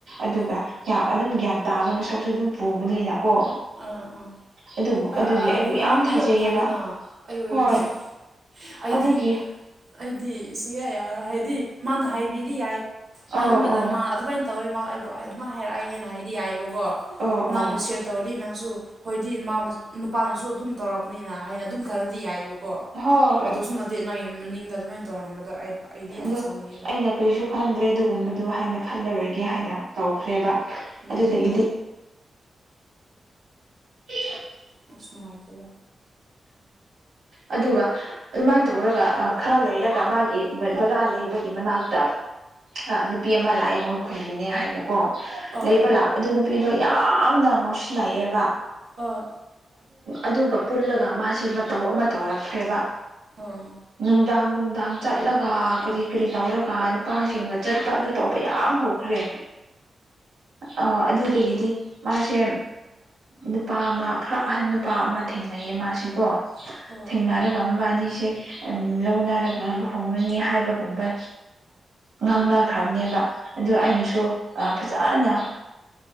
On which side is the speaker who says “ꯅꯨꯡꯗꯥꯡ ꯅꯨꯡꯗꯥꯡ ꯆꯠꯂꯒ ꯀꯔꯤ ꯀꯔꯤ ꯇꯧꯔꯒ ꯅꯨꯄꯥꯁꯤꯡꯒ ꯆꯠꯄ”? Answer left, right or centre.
Right